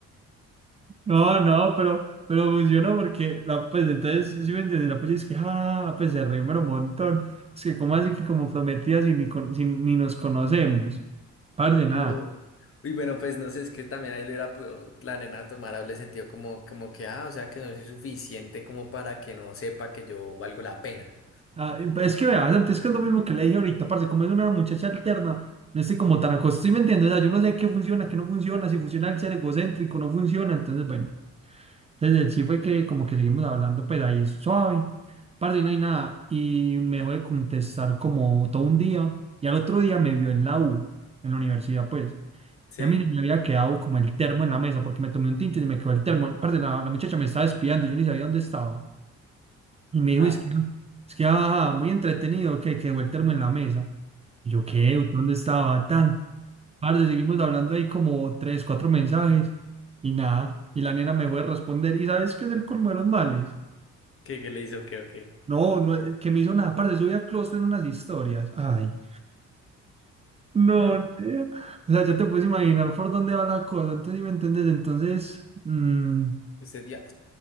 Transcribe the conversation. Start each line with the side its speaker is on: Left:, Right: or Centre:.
Right: No, no, pero, pero funcionó porque, la, pues, entonces, sí me entendí, la apoya es que, ah, pues, se rió, pero un montón. Es que, ¿cómo así que como prometida si ni, con- si ni nos conocemos? Parce,
Left: No.
Right: nada.
Left: Uy, bueno, pues no sé, es que también ahí lo era podido la nena tomar doble sentido como, como que, ah, o sea que no soy suficiente como para que no sepa que yo valgo la pena.
Right: Ah, y pues es que verás, antes que es lo mismo que le dije ahorita, parce, como es una muchacha alterna, no estoy como tan acostumbrado, ¿sí me entiendes? O sea, yo no sé qué funciona, qué no funciona, si funciona el ser egocéntrico, no funciona, entonces bueno, desde el sí fue que como que seguimos hablando, pues ahí suave, parce, y no hay nada, y me dejó de contestar como todo un día, y al otro día me vio en la U, en la universidad, pues,
Left: Sí.
Right: y a mí me había quedado como el termo en la mesa, porque me tomé un tinto y se me quedó el termo, parce, la, la muchacha me estaba espiando, yo ni sabía dónde estaba. Y me dijo,
Left: Ah,
Right: es que, es que ah, muy entretenido, que quedó el termo en la mesa. Y yo, ¿qué? ¿Usted ¿Dónde estaba? Tan. Parce, seguimos hablando ahí como tres, cuatro mensajes y nada. Y la nena me fue a responder. ¿Y sabes qué es el colmo de los males?
Left: ¿qué, qué le hizo? ¿Qué, o qué?
Right: No, no, eh, que me hizo nada. Parce, subí a Clostro en unas historias. Ay, no,
Left: Mm,
Right: nea. O sea, ya te puedes imaginar por dónde va la cosa. Entonces, si me entiendes, entonces, mm,
Left: Usted ya.